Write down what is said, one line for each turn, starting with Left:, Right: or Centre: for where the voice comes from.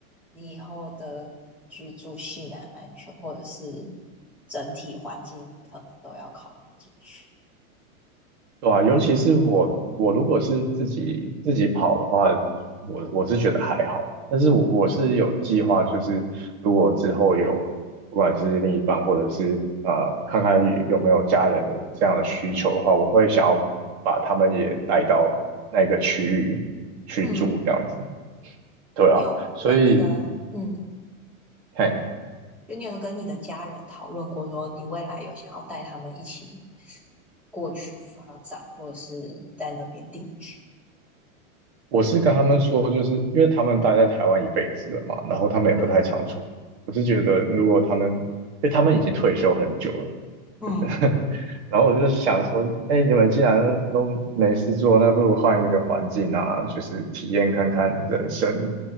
Centre: 你以后的居住性啊、安全，或者是整体环境，可能都要考虑进去。
Right: 对啊，尤其是我，我如果是自己自己跑的话，我我是觉得还好。但是我我是有计划，
Centre: 嗯
Right: 就是如果之后有，不管是另一半或者是呃，看看有没有家人有这样的需求的话，我会想要把他们也带到那个区域去住，
Centre: 嗯，
Right: 这样子。对啊，
Centre: 你有跟你的嗯，
Right: 所以，嘿。
Centre: 就你有跟你的家人讨论过，说你未来有想要带他们一起过去发展，或者是在那边定居？
Right: 我是跟他们说，就是因为他们待在台湾一辈子了嘛，然后他们也不太常出国我是觉得，
Centre: 对。
Right: 如果他们，因为他们已经退休很久了，<laughs>
Centre: 嗯
Right: 然后我就想说，哎，你们既然都没事做，那不如换一个环境啊，就是体验看看人生，